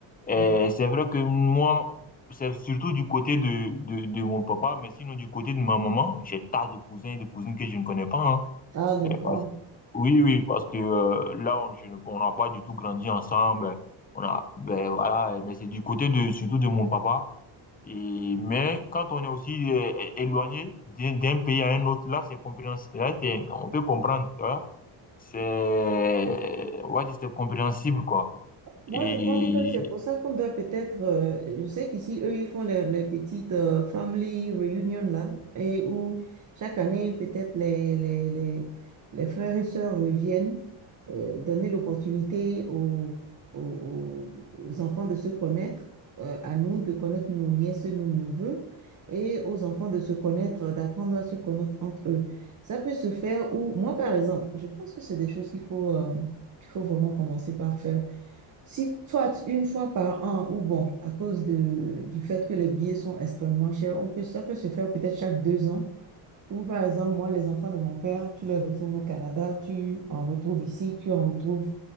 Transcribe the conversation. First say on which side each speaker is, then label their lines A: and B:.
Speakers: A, on the left (about 20°); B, on the right (about 40°).
A: Et
B: Mm.
A: c'est vrai que moi, c'est surtout du côté de, de, de mon papa, mais sinon du côté de ma maman, j'ai tas de cousins et de cousines que je ne connais pas, hein.
B: Ah, d'accord.
A: Euh, oui, oui, parce que euh, là, on je ne- on n'a pas du tout grandi ensemble. On a, ben voilà, mais c'est du côté de surtout de mon papa. Et mais quand on est aussi euh, é- éloigné d'un d'un pays à un autre, là, c'est compréhensible. Là, c'est- on peut comprendre, tu vois. C'est, on va dire, c'est compréhensible, quoi.
B: Moi,
A: Et
B: je pense que c'est pour ça qu'on doit peut-être, euh, je sais qu'ici, eux, ils font les, les petites euh, family reunion là, et où chaque année, peut-être les, les, les, les frères et sœurs reviennent, euh, donner l'opportunité aux, aux, aux- aux enfants de se connaître, euh, à nous de connaître nos nièces et nos neveux, et aux enfants de se connaître, d'apprendre à se connaître entre eux. Ça peut se faire où, moi, par exemple, je pense que c'est des choses qu'il faut, euh, qu'il faut vraiment commencer par faire. Si toi, tu- une fois par an, ou bon, à cause de, du fait que les billets sont extrêmement chers, on peut, ça peut se faire peut-être chaque deux ans. Ou par exemple, moi, les enfants de mon père, tu les retrouves au Canada, tu en retrouves ici, tu en retrouves